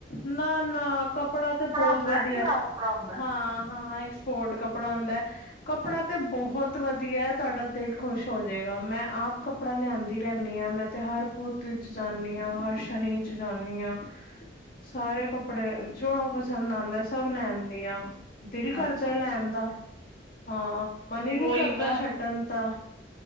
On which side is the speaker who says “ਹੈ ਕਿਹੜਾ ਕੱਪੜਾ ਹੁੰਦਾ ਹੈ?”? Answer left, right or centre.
Right